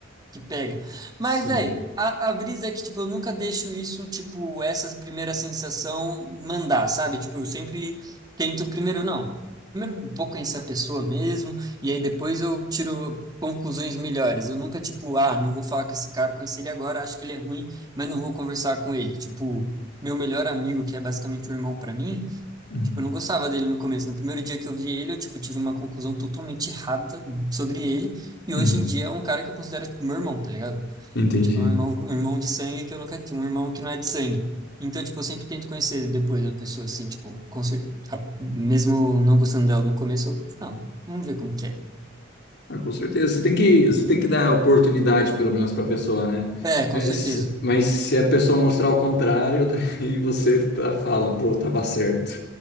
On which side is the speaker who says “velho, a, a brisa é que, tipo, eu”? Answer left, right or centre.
Right